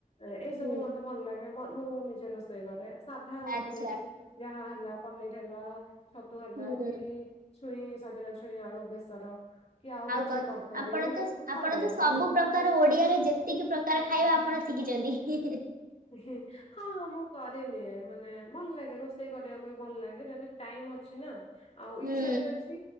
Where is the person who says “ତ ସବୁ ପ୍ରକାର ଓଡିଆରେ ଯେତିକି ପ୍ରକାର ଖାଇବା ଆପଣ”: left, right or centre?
Right